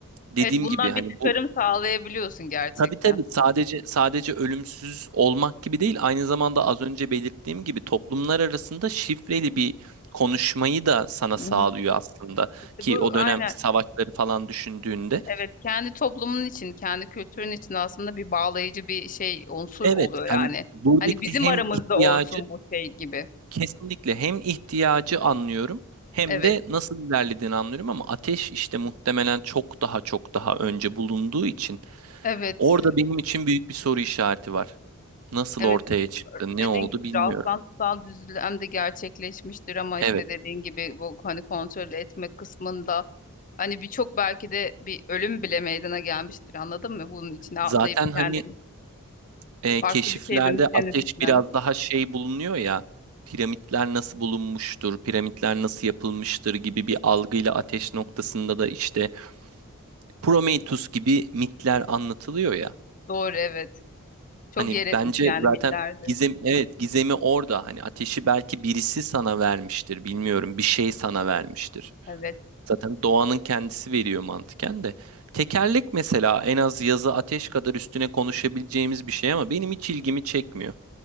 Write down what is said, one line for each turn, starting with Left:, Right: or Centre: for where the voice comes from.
Right: Dediğim
Left: Evet, bundan
Right: gibi hani
Left: bir çıkarım
Right: bu
Left: sağlayabiliyorsun gerçekten.
Right: tabii tabii sadece sadece ölümsüz olmak gibi değil. Aynı zamanda az önce belirttiğim gibi toplumlar arasında şifreli bir konuşmayı da sana
Left: Hı
Right: sağlıyor
Left: hı.
Right: aslında.
Left: İşte
Right: Ki
Left: bu
Right: o
Left: aynen
Right: dönemki savaşları falan düşündüğünde.
Left: Evet, kendi toplumun için, kendi kültürün için aslında bir bağlayıcı bir şey unsur
Right: Evet
Left: oluyor yani.
Right: hani buradaki
Left: Hani bizim
Right: hem
Left: aramızda
Right: ihtiyacı
Left: olsun bu şey gibi.
Right: Kesinlikle hem ihtiyacı anlıyorum hem
Left: Evet,
Right: de nasıl ilerlediğini anlıyorum ama ateş işte muhtemelen çok daha çok daha önce bulunduğu için
Left: evet,
Right: orada benim için büyük bir soru işareti var. Nasıl
Left: evet.
Right: ortaya çıktı,
Left: Dediğin
Right: ne oldu
Left: gibi
Right: bilmiyorum.
Left: rastlantısal düzlem de gerçekleşmiştir ama
Right: Evet,
Left: işte dediğin gibi bu hani kontrol etmek kısmında hani birçok belki de bir ölüm bile meydana gelmiştir anladın mı? Bunun içine
Right: zaten
Left: atlayıp kendini
Right: hani e,
Left: farklı
Right: keşiflerde
Left: bir şeye dönüşlerini
Right: ateş
Left: düşünen.
Right: biraz daha şey bulunuyor ya, piramitler nasıl bulunmuştur, piramitler nasıl yapılmıştır gibi bir algıyla ateş noktasında da işte Prometheus gibi mitler anlatılıyor ya.
Left: Doğru, evet. Çok
Right: Hani
Left: yer
Right: bence
Left: etmiş yani
Right: zaten
Left: mitlerde.
Right: gizem evet gizemi orada. Hani ateşi belki birisi sana vermiştir, bilmiyorum. Bir şey sana vermiştir.
Left: Evet,
Right: Zaten doğanın kendisi veriyor mantıken de. Tekerlek mesela en az yazı ateş kadar üstüne konuşabileceğimiz bir şey ama benim hiç ilgimi çekmiyor.